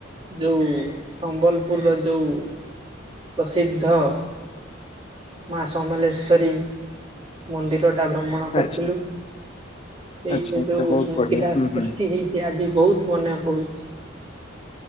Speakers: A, on the right (about 30°); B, on the left (about 30°).
A: ଯୋଉ ସମ୍ବଲପୁରର ଯୋଉ ପ୍ରସିଦ୍ଧ ମା ସମଲେଶ୍ଵରୀ ମନ୍ଦିର ଟା ଭ୍ରମଣ କରିଥିଲୁ
B: ଆଚ୍ଛା
A: ସେଇଠି
B: ଆଚ୍ଛା ଆଚ୍ଛା
A: ଯୋଉ
B: ବହୁତ
A: ସ୍ମୃତି
B: ବଢିଆ
A: ଟା
B: ହୁଁ
A: ସୃଷ୍ଟି
B: ହୁଁ
A: ହେଇ ଚି ଆଜି ବହୁତ ମନେ ପଡୁଛି।